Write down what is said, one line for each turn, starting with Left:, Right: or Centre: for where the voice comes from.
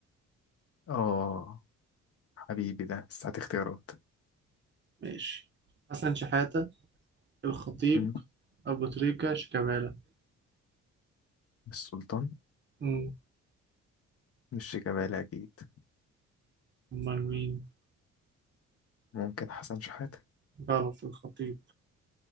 Left: اه حبيبي ده بس هات اختيارات
Right: ماشي حسن شحاتة الخطيب
Left: مم.
Right: أبو تريكة شيكابالا
Left: مش سلطان
Right: مم.
Left: مش شيكابالا أكيد
Right: أمال مين
Left: ممكن حسن شحاتة
Right: غلط الخطيب